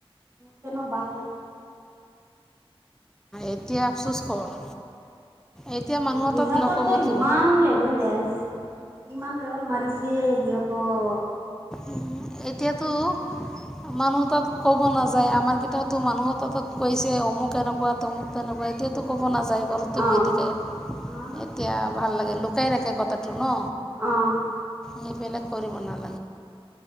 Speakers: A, on the right; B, in the centre.
A: তেনো ভাল লাগ
B: এতিয়া আফচোচ কৰ। এতিয়া মানুহৰ
A: সিহঁতৰতো
B: তাত নক'বতো
A: ইমান লেভেল দেছ ইমান লেবেল মাৰিছে সিহঁতৰ।
B: উম এতিয়াতো - মানুহ তাত ক'ব নাযায় আমাৰ কেইটাওতো মানুহ তাত কৈছে অমুক এনেকুৱা তমুক তেনেকুৱা এতিয়া - তো ক'ব নাযায় ঘৰতে
A: অ',
B: বহি থাকে।
A: অ',
B: এতিয়া ভাল লাগে লুকাই ৰাখে কথাটো ন।
A: অ'।
B: সেইবিলাক কৰিব নালাগে।